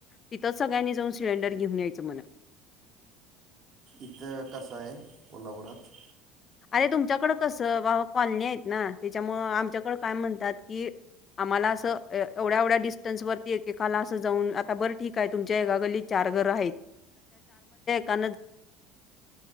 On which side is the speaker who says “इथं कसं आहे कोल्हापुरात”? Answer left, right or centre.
Right